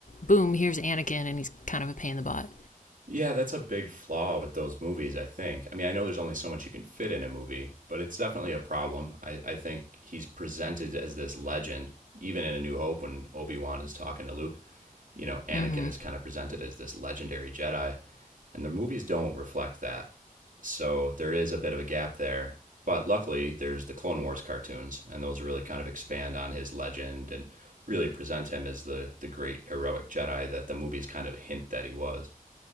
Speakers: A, on the left; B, on the right.
A: boom, here's Anakin, and he's kind of a pain in the butt.
B: Yeah, that's a big flaw with those movies, I think. I mean, I know there's only so much you can fit in a movie, but it's definitely a problem. I, I think he's presented as this legend, even in A New Hope when Obi Wan is talking to Luke. You know, Anakin
A: hmm
B: is kind of presented as this legendary Jedi, and the movies don't reflect that. So there is a bit of a gap there. But luckily, there's the Clone Wars cartoons, and those really kind of expand on his legend and really present him as the, the great heroic Jedi that the movies kind of hint that he was